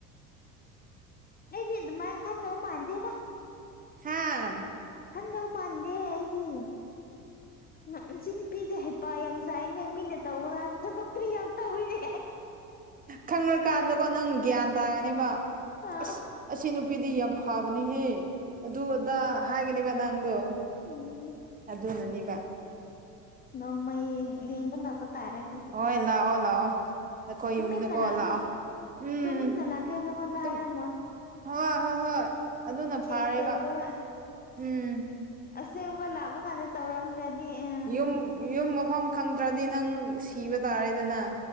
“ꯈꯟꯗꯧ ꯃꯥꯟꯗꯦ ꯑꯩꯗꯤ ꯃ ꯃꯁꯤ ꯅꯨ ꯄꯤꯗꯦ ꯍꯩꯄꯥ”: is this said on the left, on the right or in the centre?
Left